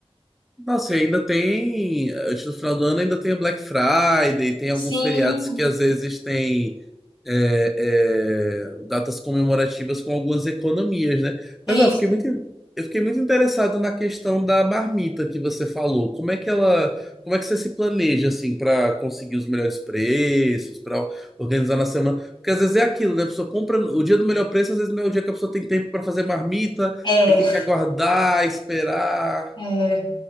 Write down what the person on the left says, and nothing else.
Sim,
é
isso.
É,
é,